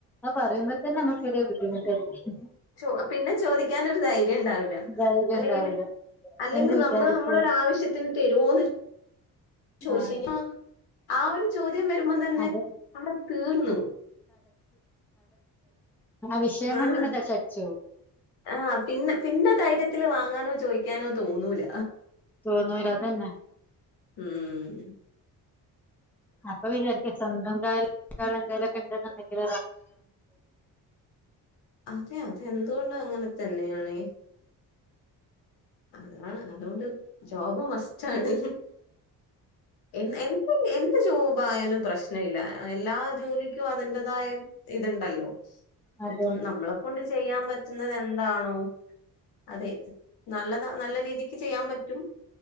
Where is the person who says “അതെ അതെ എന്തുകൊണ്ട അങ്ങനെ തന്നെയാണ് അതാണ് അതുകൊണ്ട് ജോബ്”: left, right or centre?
Left